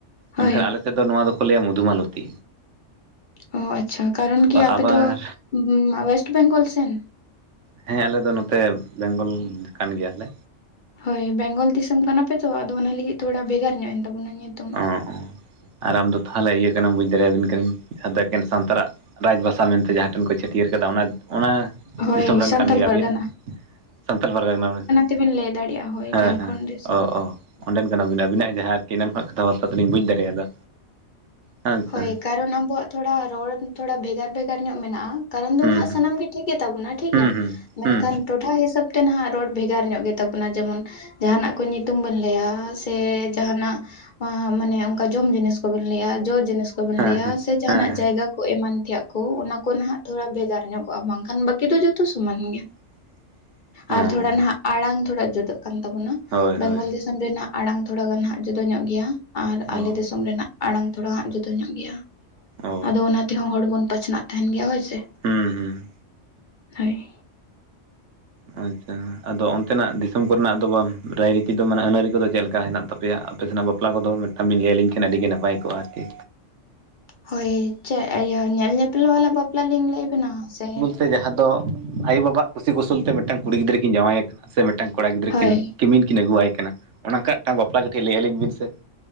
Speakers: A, on the left; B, on the right.
A: ᱦᱳᱭ
B: ᱢᱮᱱᱠᱷᱟᱱ ᱟᱞᱮ ᱛᱮᱫ ᱫᱚ ᱱᱚᱣᱟ ᱫᱚᱠᱚ ᱞᱟᱹᱭᱟ ᱢᱚᱫᱷᱩᱢᱟᱞᱚᱛᱤ᱾
A: ᱚ ᱟᱪᱪᱷᱟ ᱠᱟᱨᱚᱱ ᱠᱤ
B: ᱟᱵᱟᱨ
A: ᱟᱯᱮ ᱫᱚ ᱚᱳᱭᱮᱥᱴ ᱵᱮᱝᱜᱚᱞ ᱥᱮᱱ?
B: ᱦᱮᱸ, ᱟᱞᱮ ᱫᱚ ᱱᱚᱛᱮ ᱵᱮᱝᱜᱚᱞ ᱠᱟᱱ ᱜᱮᱭᱟᱞᱮ᱾
A: ᱦᱳᱭ ᱵᱮᱝᱜᱚᱞ ᱫᱤᱥᱚᱢ ᱠᱟᱱᱟᱯᱮ ᱛᱚ ᱟᱫᱚ ᱚᱱᱟᱹ ᱞᱟᱹᱜᱤᱫ ᱛᱷᱚᱲᱟ ᱵᱷᱮᱜᱟᱨ ᱧᱚᱜ ᱮᱱ ᱛᱟᱵᱚᱱᱟ ᱧᱩᱛᱩᱢ᱾
B: ᱚᱸ ᱚᱸ ᱟᱨ ᱟᱢᱫᱚ ᱛᱷᱟᱞᱮ ᱤᱭᱟᱹ ᱠᱟᱱᱟᱢ ᱵᱩᱡ ᱫᱟᱲᱮᱭᱟᱵᱤᱱ ᱠᱟᱱᱟᱹᱧ, ᱡᱟᱦᱟᱸ ᱫᱚ ᱮᱠᱮᱱ ᱥᱟᱱᱛᱟᱲᱟᱜ ᱨᱟᱡᱽ ᱵᱷᱟᱥᱟ ᱢᱮᱱᱛᱮ ᱡᱟᱦᱟᱸ ᱴᱷᱮᱱ ᱠᱚ ᱪᱷᱟᱹᱴᱭᱟᱹᱨ ᱠᱟᱫᱟ ᱚᱱᱟ ᱚᱱᱟ
A: ᱦᱳᱭ
B: ᱫᱤᱥᱚᱢ ᱨᱮᱱ
A: ᱥᱟᱱᱛᱟᱞ
B: ᱠᱟᱱ ᱜᱮᱭᱟᱵᱤᱱ
A: ᱯᱟᱨᱜᱟᱱᱟ
B: ᱥᱟᱱᱛᱟᱞ ᱯᱟᱨᱜᱟᱱᱟ ᱠᱟᱱᱟ ᱵᱮᱱ
A: ᱛᱮᱵᱮᱱ ᱞᱟᱹᱭ ᱫᱟᱲᱮᱭᱟᱜᱼᱟ ᱦᱳᱭ
B: ᱦᱮᱸ
A: ᱡᱷᱟᱲᱠᱷᱚᱸᱰ
B: ᱦᱮᱸ
A: ᱫᱤᱥᱚᱢ
B: ᱚ ᱚ ᱚᱸᱰᱮᱱ ᱠᱟᱱᱟ ᱵᱤᱱ ᱟᱵᱤᱱᱟᱜ ᱡᱟᱸᱦᱟ ᱟᱨᱠᱤ ᱮᱱᱟᱱ ᱠᱷᱚᱱ ᱠᱟᱛᱷᱟ ᱵᱟᱛᱛᱟ ᱛᱮᱞᱤᱧ ᱵᱩᱡᱽ ᱫᱟᱲᱮᱭᱟᱫᱟ ᱟᱪᱪᱷᱟ
A: ᱦᱳᱭ ᱠᱟᱨᱚᱱ ᱟᱵᱚᱣᱟᱜ ᱛᱷᱚᱲᱟ ᱨᱚᱲ ᱛᱷᱚᱲᱟ ᱵᱷᱮᱜᱟᱨ ᱵᱷᱮᱜᱟᱨ ᱧᱚᱜ ᱢᱮᱱᱟᱜᱼᱟ ᱠᱟᱨᱚᱱ
B: ᱦᱩᱸ
A: ᱫᱚ ᱱᱟᱦᱟᱜ
B: ᱦᱩᱸ
A: ᱥᱟᱱᱟᱢ ᱜᱮ ᱴᱷᱤᱠ ᱜᱮᱛᱟᱵᱚᱱᱟ ᱴᱷᱤᱠᱜᱮᱭᱟ
B: ᱦᱩᱸ ᱦᱩᱸ
A: ᱢᱮᱱᱠᱷᱟᱱ
B: ᱦᱩᱸ
A: ᱴᱚᱴᱷᱟ ᱦᱤᱥᱟᱹᱵ ᱛᱮ ᱱᱟᱦᱟᱜ ᱨᱚᱲ ᱵᱷᱮᱜᱟᱨ ᱧᱚᱜ ᱜᱮᱛᱟᱵᱚ ᱚᱱᱟ ᱡᱮᱢᱚᱱ ᱡᱟᱦᱟᱱᱟᱜ ᱠᱚ ᱧᱩᱛᱩᱢ ᱵᱚᱱ ᱞᱟᱹᱭᱟ ᱥᱮ ᱡᱟᱦᱟᱱᱟᱜ ᱟ ᱢᱟᱱᱮ ᱚᱱᱠᱟ ᱡᱚᱢ ᱡᱤᱱᱤᱥ ᱠᱚᱵᱚᱱ ᱞᱟᱹᱭᱟ ᱡᱚ ᱡᱤᱱᱤᱥ ᱠᱚᱵᱚᱱ
B: ᱦᱮᱸ
A: ᱞᱟᱹᱭᱟ
B: ᱦᱮᱸ
A: ᱥᱮ ᱡᱟᱦᱟᱱᱟᱜ
B: ᱦᱮᱸ
A: ᱡᱟᱭᱜᱟ ᱠᱚ ᱮᱢᱟᱱ ᱛᱮᱭᱟᱜ ᱠᱚ ᱚᱱᱟ ᱠᱚ ᱱᱟᱦᱟᱜ ᱛᱷᱚᱲᱟ ᱵᱷᱮᱜᱟᱨ ᱧᱚᱜᱚᱜᱼᱟ ᱵᱟᱝᱠᱷᱟᱱ ᱵᱟᱹᱠᱤ ᱫᱚ ᱡᱚᱛᱚ ᱥᱚᱢᱟᱱ ᱜᱮᱭᱟ
B: <inaudible> ᱦᱮᱸ
A: ᱟᱨ ᱛᱷᱚᱲᱟ ᱱᱟᱦᱟᱜ ᱟᱲᱟᱝ ᱛᱷᱚᱲᱟ ᱡᱩᱫᱟᱹᱜ ᱠᱟᱱ ᱛᱟᱵᱚᱱᱟ
B: ᱦᱳᱭ
A: ᱵᱮᱝᱜᱚᱞ
B: ᱦᱳᱭ
A: ᱫᱤᱥᱚᱢ ᱫᱤᱥᱚᱢ ᱨᱮᱱᱟᱜ ᱟᱲᱟᱝ ᱛᱷᱚᱲᱟ ᱜᱟᱱ ᱦᱟᱸᱜ ᱡᱩᱫᱟᱹ ᱧᱚᱜ ᱜᱮᱭᱟ ᱟᱨ ᱟᱞᱮ
B: ᱚ
A: ᱫᱤᱥᱚᱢ ᱨᱮᱱᱟᱜ ᱟᱲᱟᱝ ᱛᱷᱚᱲᱟ ᱦᱟᱜ ᱡᱩᱫᱟᱹ ᱡᱩᱫᱟ. ᱧᱚᱜ ᱜᱮᱭᱟ
B: ᱚ
A: ᱟᱫᱚ ᱚᱱᱟ ᱛᱮᱦᱚᱸ ᱦᱚᱲ ᱵᱚᱱ ᱵᱟᱪᱷᱱᱟᱜ ᱛᱟᱦᱮᱱ ᱜᱮᱭᱟ ᱦᱳᱭ ᱥᱮ
B: ᱦᱩᱸ ᱦᱩᱸ
A: ᱦᱳᱭ
B: ᱚ ᱟᱪᱪᱷᱟ ᱟᱫᱚ ᱚᱱᱛᱮᱱᱟᱜ ᱫᱤᱥᱚᱢ ᱠᱚᱨᱮᱱᱟᱜ ᱫᱚ ᱵᱟ ᱨᱟᱡᱱᱤᱛᱤ ᱫᱚ ᱢᱟᱱᱮ ᱟᱹᱱᱼ ᱟᱨᱹᱤ ᱠᱚᱫᱚ ᱪᱮᱫ ᱞᱮᱠᱟ ᱦᱮᱱᱟᱜ ᱛᱟᱯᱮᱭᱟ ᱟᱯᱮ ᱥᱮᱱᱟᱜ ᱵᱟᱯ ᱵᱟᱯᱞᱟ ᱠᱚᱫᱚ ᱢᱤᱫᱴᱟᱝ ᱵᱤᱱ ᱞᱟᱹᱭᱟᱹᱞᱤᱧ ᱠᱷᱟᱱ ᱟᱹᱰᱤ ᱜᱮ ᱱᱟᱯᱟᱭ ᱠᱚᱜᱼᱟ ᱟᱨᱠᱤ
A: ᱦᱳᱭ ᱪᱮᱫ ᱤᱭᱟᱹ ᱧᱮᱞ ᱧᱮᱯᱮᱞ ᱵᱟᱞᱟ ᱵᱟᱯᱞᱟ ᱞᱤᱧ ᱞᱟ. ᱭᱟ ᱵᱤᱱᱟ ᱥᱮ
B: ᱥᱮ ᱡᱟᱦᱟᱸ ᱫᱚ ᱟᱭᱳᱵᱟᱵᱟᱣᱟᱜ ᱠᱩᱥᱤ ᱠᱩᱥᱟᱞ ᱛᱮ ᱢᱤᱫᱴᱟᱝ ᱠᱩᱲᱤ ᱜᱤᱫᱽᱨᱟᱹ ᱠᱤᱱ ᱡᱟᱶᱟᱭᱮ ᱠᱟᱱᱟ ᱥᱮ ᱢᱤᱫᱴᱟᱝ ᱠᱚᱲᱟ ᱜᱤᱫᱽᱨᱟᱹ
A: ᱦᱳᱭ
B: ᱠᱤᱱ ᱠᱤᱢᱤᱱ ᱠᱤᱱ ᱟᱹᱜᱩᱣᱟᱭ ᱠᱟᱱᱟ ᱚᱱᱠᱟ ᱢᱤᱫᱴᱟᱝ ᱵᱟᱯᱞᱟ ᱠᱟᱹᱴᱤᱡ ᱞᱟᱹᱭ ᱟᱹᱞᱤᱧ ᱵᱤᱱ ᱥᱮ